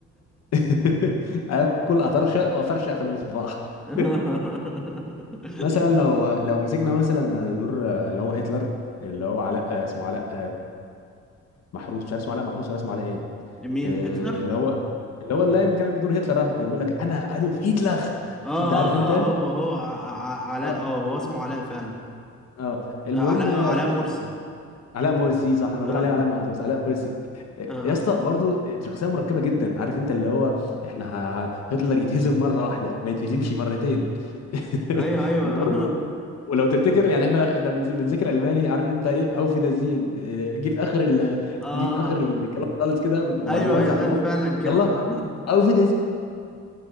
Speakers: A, on the left (about 60°); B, in the centre.
A: <laughs> اكل اطرشق وافرشق في المصباح <laughs>
B: <laughs>
A: مثلا لو لو مسكنا مثلا دور اللي هو هتلر اللي هو علاء اسمه علاء محروس مش عارف اسمه علاء محروس ولا اسمه علاء ايه
B: مين
A: آه،
B: هتلر
A: اللي هو اللي هو اللي كان عامل بدور هتلر ده اللي بيقول لك انا ادولف هتلر
B: اه اه
A: انت عارف انت ايه؟
B: اه هو هو ع- ع- علاء
A: اه
B: اه هو اسمه علاء فعلا
A: اه المهم
B: آه، علاء
A: آه،
B: علاء مرسي
A: علاء مرسي صح انا
B: اه
A: بقول
B: اه
A: عليه علاء محروس علاء مرسي آه،
B: اه
A: يا
B: اه
A: اسطى برضه شخصيه مركبه جدا عارف انت اللي هو احنا ه... ه- هتلر يتهزم مره واحده ما يتهزمش مرتين <laughs>
B: ايوه ايوه
A: وبرضه ولو تفتكر يعني احنا احنا بنز- بنذاكر الماني عارف انت ايه او في دازين جه في اخر ال...
B: <laughs> اه
A: جه في اخر الكلام خالص كده وبعد
B: ايوه
A: ما وزع
B: ايوه
A: الادوار
B: قال فعلا كده
A: يلا او في